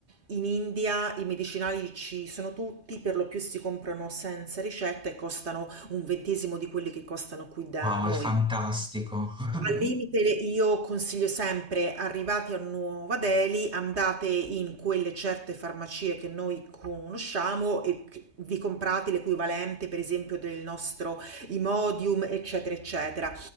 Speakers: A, on the right (about 55°); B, in the centre.
A: in India i medicinali ci sono tutti, per lo più si comprano senza ricetta e costano un ventesimo di quelli che costano qui da
B: Wow,
A: noi.
B: è fantastico.
A: Al limite
B: <laughs>
A: io consiglio sempre, arrivati a Nuova Delhi, andate in quelle certe farmacie che noi conosciamo e che- vi comprate l'equivalente, per esempio, del nostro Imodium, eccetera, eccetera.